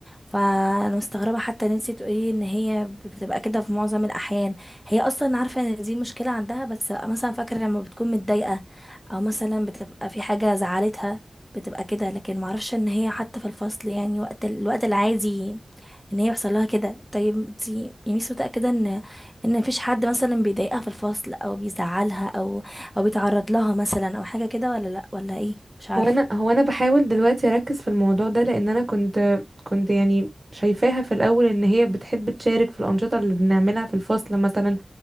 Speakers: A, in the centre; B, on the right.
A: فانا مستغربة حتى ان انتي تقولي ان هي بتبقى كده في معظم الاحيان هي اصلا عارفة ان دي مشكلة عندها بس مثلا فاكرة لما بتكون متضايقة او مثلا بتبقى في حاجة زعلتها بتبقى كده لكن معرفش ان هي حتى في الفصل يعني وقت ال- الوقت العادي ان هي يحصل لها كده طيب انت يعني مش متاكده ان ان مفيش حد مثلا بيضايقها في الفصل او بيزعلها او او بيتعرض لها مثلا او حاجه كده ولا لا ولا ايه مش عارفه
B: هو انا هو انا بحاول دلوقتي اركز في الموضوع ده لان انا كنت كنت يعني شايفاها في الاول ان هي بتحب تشارك في الانشطة اللي بنعملها في الفصل مثلا